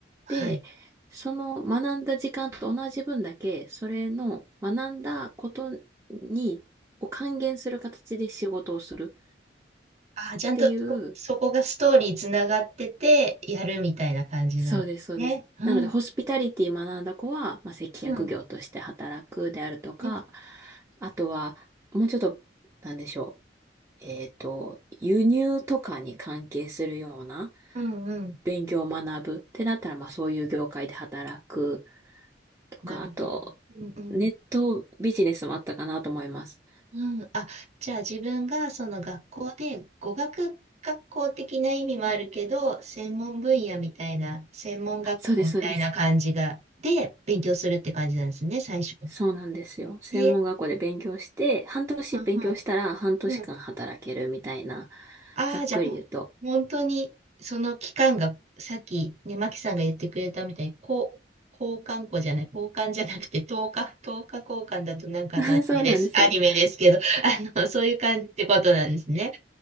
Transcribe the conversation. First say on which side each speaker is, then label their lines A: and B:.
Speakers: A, on the right; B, on the right.
A: はい。
B: で、その学んだ時間と同じ分だけ、それの学んだことに、を還元する形で仕事をする
A: あー、ちゃんとそ、
B: っていう、
A: そこがストーリーつながってて、やるみたいな感じなんですね。
B: そうです、そうです。
A: うん、
B: なので、ホスピタリティ学んだ子は、まあ、接客業として働くであるとか、
A: うん、うん、
B: あとは、もうちょっと、なんでしょう。えっと、輸入とかに関係するような
A: うん、うん。
B: 勉強を学ぶってなったら、まあ、そういう業界で働くとか、
A: なるほど。
B: あと、
A: うん、うん
B: ネットビジネスもあったかなと思います。
A: うん、あ、じゃあ自分がその学校で語学学校的な意味もあるけど、専門分野みたいな、専門学校みたいな感じが、
B: あそうです、そうです。
A: で、勉強するって感じなんですね、最初。
B: そうなんですよ。専門学校で勉強して、
A: で、
B: 半年勉強したら半年間働けるみたいな、
A: うんうん、うん。ああ、
B: ざっくり言うと。
A: じゃあ、ほ本当に、その期間が、さっきね、マキさんが言ってくれたみたいに、こう、交換校じゃない、交換じゃなくて、10日、1日交換だとなんかのアニメです、
B: <laughs> そうなんですよ。
A: アニメですけど、<laughs> あの、そういう感じってことなんですね。